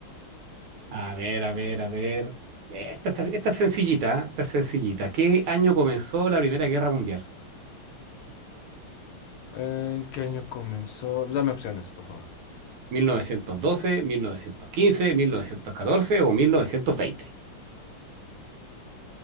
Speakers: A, on the right; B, on the left.
A: A ver, a ver, a ver. Eh, Esta, esta- esta es sencillita, ¿eh? esta es sencillita. ¿Qué año comenzó la Primera Guerra Mundial?
B: ¿En qué año comenzó? Dame opciones, por favor.
A: ¿Mil mil novecientos novecientos doce, mil novecientos quince, mil novecientos catorce o mil Mil mil novecientos novecientos